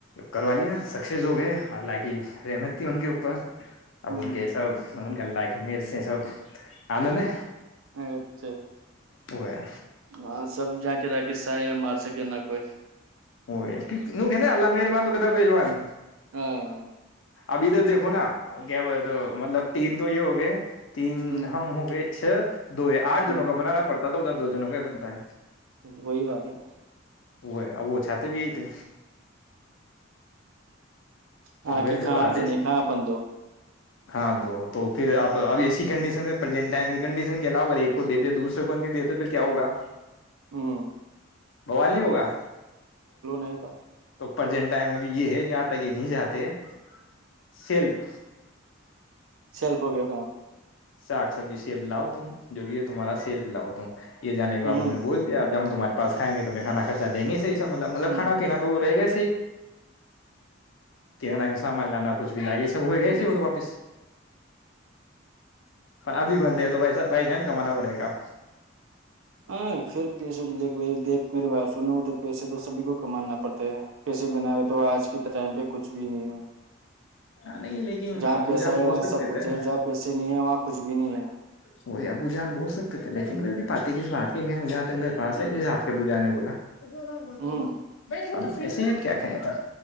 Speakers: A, on the left; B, on the right.
A: کروا لیا سکسیز ہو گئے حلہک رحمت تھی ان کے اوپر اب
B: ہوں
A: ان کے سب مون اللہ کہ میر سے سب آنند ہے
B: اچھا
A: وہ ہے
B: ہاں سب جا کے ر قصہ یا مار سکے نہ کوئی
A: ہو کہ ن اللہ مہربان تو کیا بیلوان
B: ہاں
A: ابھی تو دیکھو نا کیا بولے تو مطلب تین تو یہ ہو گئے تین
B: ہوں
A: ہم ہو گئے چھ دو یہ آٹھ جنوں
B: ہوں
A: کا منانا پڑتا تھا ادھر دو جنوں کا بنتا ہے
B: وہی بات ہے
A: وہ ہے وہ چاہتے بھی یہی تھے
B: ہاں
A: تو ویسے
B: کہ کاں
A: بات
B: آٹ جنے
A: ہے
B: کا اپن دو
A: ہاں دو تو پھر اب اب ایسی کنڈیشن میںینٹ ٹائم کی کنڈیشن کے علاؤ اگر ایک کو دتے دوسرے کو نہیں دیتے تو کیا ہوگا
B: ہاں
A: بوال نہیں ہوگا
B: نہیں تھا
A: تو پرجینٹائم ا بھی یہ ہے جہاں تک یہ نہیں جاتے سیل <inaudible>
B: سلپ ہو گیا کام
A: ساک سبزی سیب لاؤ تم جو بھی ہے تمہارا سیلف لاؤ ٹیم یہ جانے کے
B: ہوں
A: بعد انھوں بلدیہ اگر ہم تمہارے پس کھینچ توفیر کھانا خرچا دینگے سیف مطلب مطلب
B: ہوں
A: کھانا پینا تو رہےگا کہنا
B: ہوں
A: کے سامان لانا کچھ بھی لاک
B: ہوں
A: <inaudible> <inaudible> پر ابھی بندے ہیں تو بھائی بھائی جان کمانا پڑے گا
B: ہاں پھر پیش یکھ بھائی دیکھ میے بات سنے تو پیسے تو سبھی کو کمانا پڑتے ہے پیسے بنا کے تو آج کے ٹائم پی کچھ بھی نہیں ہے
A: نہیں لیکن
B: جہاں
A: ابو
B: پیسہ
A: جان
B: ہے
A: بول
B: وہاں
A: سکتے
B: سب کچھ
A: تھے
B: ہے جہاں پیسے نہیں ہے وہاں کچھ بھی نہیں ہے
A: وہی ابو جان بول سکتے تھے لیکن وہ پاتی کس بات کی میں ہ جہاں تک میری پاس ہے جسے آپ کے ابو جان نے بولا <unintelligible>
B: ہوں
A: اور ویسے کیا کھایا تھا